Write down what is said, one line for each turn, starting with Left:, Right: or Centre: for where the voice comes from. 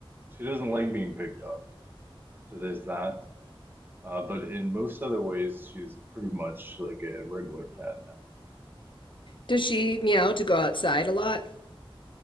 Right: she doesn't like being picked up. So there's that. Uh, but in most other ways, she's pretty much like a regular cat now.
Left: Does she meow to go outside a lot?